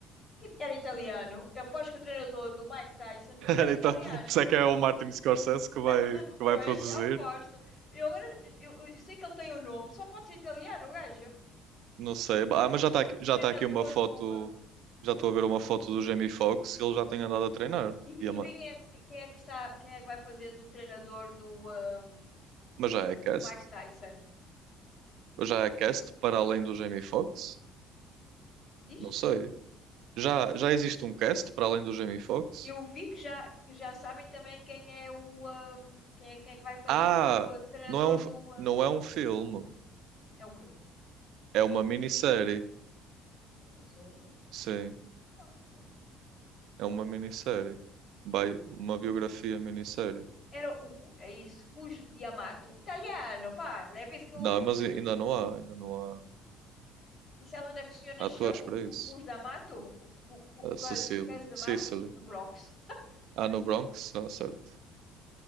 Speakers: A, on the left; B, on the right.
A: que era italiano. Eu aposto que o treinador do Mike Tyson
B: <laughs>
A: era italiano.
B: Então, se é que é o Martin Scorsese que vai,
A: <laughs>
B: que
A: Pois,
B: vai produzir.
A: aposto. Eu agora. Eu, eu sei que ele tem o nome, só pode ser italiano, o gajo.
B: Não sei.
A: O,
B: Ah, mas
A: o,
B: já está aqui,
A: o,
B: já
A: o treinador
B: está aqui uma foto.
A: do. hum,
B: Já estou a ver uma foto do Jamie Foxx. Ele já tem andado a treinar.
A: E,
B: E é ma-
A: e ver quem é, quem é que está, quem é que vai fazer do treinador do, ahm,
B: mas já é cast?
A: do Mike Tyson.
B: Já é cast para além do Jamie Foxx?
A: Diz?
B: Não sei. Já, já existe um cast para além do Jamie Foxx?
A: Eu vi que já, que já sabem também quem é o ahm, quem é, quem é que vai fazer
B: Ah,
A: do ah, treinador
B: não é um, f-
A: do ah,
B: não é um filme.
A: é o quê?
B: É uma minissérie.
A: Minissérie?
B: Sim,
A: Ah, também.
B: é uma minissérie. Bi- uma biografia minissérie.
A: Era o, o- é isso, Cus Di Amato Italiano, parla. É por isso que
B: Não,
A: o
B: mas ai- ainda não há. Ainda não há
A: e sabe onde é que o senhor nasceu?
B: atores
A: O,
B: para isso.
A: o Cus D'Amato? O, o, o
B: A
A: Cus,
B: Cecily.
A: Cus D'Amato
B: Cecily.
A: no Bronx.
B: Ah, no Bronx? Ah, certo.